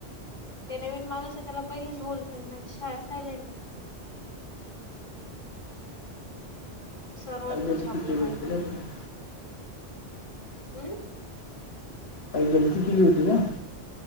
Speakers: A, on the left; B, on the left.
A: ते नवीन माणूस आहे त्याला पहिलेच बोल सायलेंट आहे. सर्वांना
B: काही गलती
A: झापलं
B: केली
A: मॅडम
B: होती
A: म
B: का तुम्ही
A: हम्म
B: काही गलती केली होती का?